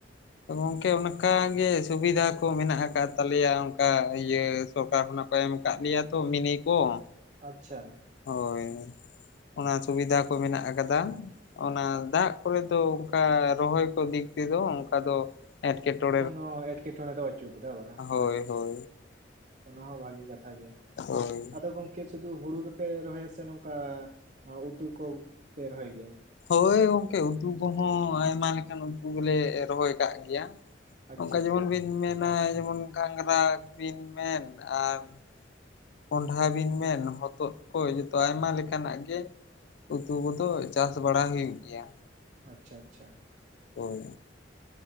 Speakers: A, on the left (about 70°); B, on the right (about 40°).
A: ᱜᱚᱝᱠᱮ ᱚᱱᱠᱟ ᱜᱮ ᱥᱩᱵᱤᱫᱟ ᱠᱚ ᱢᱮᱱᱟᱜ ᱠᱟᱜ ᱛᱟᱞᱮᱭᱟ ᱚᱱᱠᱟ ᱤᱭᱟᱹ ᱥᱚᱨᱠᱟᱨ ᱠᱷᱚᱱᱟᱜ ᱠᱚ ᱮᱢ ᱠᱟᱫ ᱞᱮᱭᱟ ᱛᱚ ᱢᱤᱱᱤ ᱠᱚ ᱾
B: ᱟᱪᱪᱷᱟ᱾
A: ᱦᱳᱭ ᱚᱱᱟ ᱥᱩᱵᱤᱫᱷᱟ ᱠᱚ ᱢᱮᱱᱟᱜ ᱟᱠᱟᱫᱟ᱾ ᱚᱱᱟ ᱫᱟᱜ ᱠᱚᱨᱮ ᱫᱚ ᱚᱱᱠᱟ ᱨᱚᱦᱚᱭ ᱠᱚ ᱫᱤᱠ ᱛᱮ ᱫᱚ ᱚᱱᱠᱟ ᱫᱚ ᱮᱴᱠᱮᱴᱚ
B: ᱠᱳᱱᱚ ᱮᱴᱠᱮᱴᱚᱬᱮ ᱫᱚ ᱵᱟᱹᱪᱩᱜ ᱠᱟᱫᱟ ᱵᱟ,
A: ᱦᱳᱭ
B: ᱟᱪᱪᱷᱟ
A: ᱦᱳᱭ
B: ᱟᱪᱪᱷᱟ᱾ ᱚᱱᱟ ᱦᱚᱸ ᱵᱷᱟᱜᱤ ᱠᱟᱛᱷᱟ ᱜᱮ,
A: ᱦᱳᱭ
B: ᱟᱫᱚ ᱜᱚᱝ ᱠᱮ ᱥᱩᱫᱷᱩ ᱦᱩᱲᱩ ᱜᱮᱯᱮ ᱨᱚᱦᱚᱭᱟ ᱥᱮ ᱱᱚᱝᱠᱟ ᱩᱛᱩ ᱠᱚ ᱯᱮ ᱨᱚᱦᱚᱭ ᱜᱮᱭᱟ?
A: ᱦᱳᱭ ᱜᱚᱝᱠᱮ ᱩᱛᱩ ᱠᱚᱦᱚᱸ ᱟᱭᱢᱟ ᱞᱮᱠᱟᱱ ᱩᱛᱩ ᱜᱮᱞᱮ ᱨᱚᱦᱚᱭ ᱠᱟᱜ ᱜᱮᱭᱟ᱾
B: ᱟᱪᱪᱷᱟ
A: ᱚᱱᱠᱟ ᱡᱮᱢᱚᱱ ᱵᱤᱱ ᱢᱮᱱᱟ ᱡᱮᱢᱚᱱ ᱜᱷᱟᱝᱜᱽᱨᱟ ᱵᱤᱱ ᱢᱮᱱ ᱟᱨ ᱠᱚᱸᱰᱷᱟ ᱵᱤᱱ ᱢᱮᱱ ᱦᱚᱛᱚᱫ ᱠᱚ ᱡᱚᱛᱚ ᱟᱭᱢᱟ ᱞᱮᱠᱟᱱᱟᱜ ᱜᱮ ᱩᱛᱩ ᱠᱚᱫᱚ ᱪᱟᱥ ᱵᱟᱲᱟ ᱦᱩᱭᱩᱜ ᱜᱮᱭᱟ᱾
B: ᱟᱪᱪᱷᱟ ᱟᱪᱪᱷᱟ᱾
A: ᱦᱳᱭ᱾